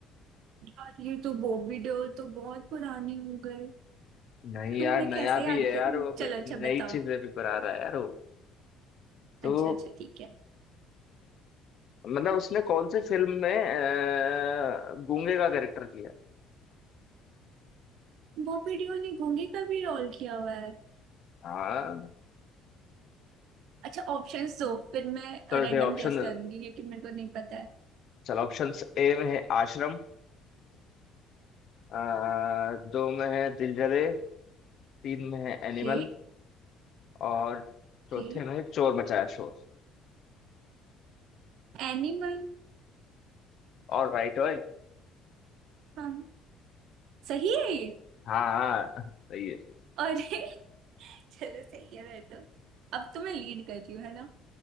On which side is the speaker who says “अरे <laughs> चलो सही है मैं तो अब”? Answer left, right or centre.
Right